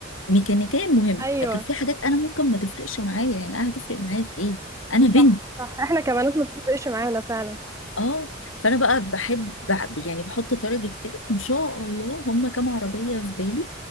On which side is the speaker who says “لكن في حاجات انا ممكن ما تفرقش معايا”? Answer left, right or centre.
Left